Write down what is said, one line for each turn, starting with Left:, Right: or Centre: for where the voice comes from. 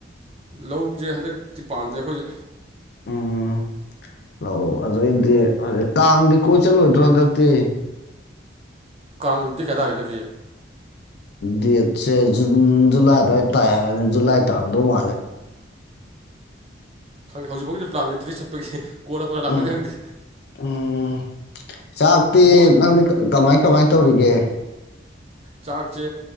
Right: ꯂꯧꯁꯦ ꯍꯟꯗꯛꯇꯤ ꯄꯥꯟꯗꯦ ꯑꯩꯈꯣꯏꯁꯦ꯫
Left: ꯎꯝ ꯂꯥꯛꯑꯣ ꯑꯗꯨꯗꯩꯗꯤ ꯀꯥꯡꯗꯤ ꯀꯣꯏ ꯆꯠꯂꯣꯏꯗ꯭ꯔꯣ ꯍꯟꯗꯛꯇꯤ꯫
Right: ꯀꯥꯡ ꯗꯦꯠ ꯀꯌꯥ ꯇꯒꯗꯒꯦ꯫
Left: ꯗꯦꯠꯁꯦ ꯖꯨꯟ ꯖꯨꯂꯥꯏ ꯑꯗꯨꯋꯥꯏꯗ ꯇꯥꯏ ꯍꯥꯏꯔꯅꯤ ꯖꯨꯂꯥꯏ ꯇꯔꯥꯝꯗꯧ ꯃꯥꯜꯂꯦ꯫
Right: ꯈꯪꯗꯦ ꯍꯧꯖꯤꯛꯐꯥꯎꯒꯤꯗꯤ ꯄ꯭ꯂꯥꯟ ꯂꯩꯇ꯭꯭ꯔꯔꯤ ꯆꯠꯄꯒꯤ꯫ ꯀꯣꯟꯅ ꯀꯣꯟꯅ ꯂꯥꯛꯄꯩꯗꯤ
Left: ꯎꯝ
Right: ꯈꯪꯗꯦ
Left: ꯎꯝ ꯆꯥꯛꯇꯤ
Right: ꯕꯣꯜ
Left: ꯅꯪꯗꯤ ꯀꯃꯥꯏ꯫ ꯀꯃꯥꯏ ꯇꯧꯔꯤꯒꯦ꯫
Right: ꯆꯥꯛꯁꯦ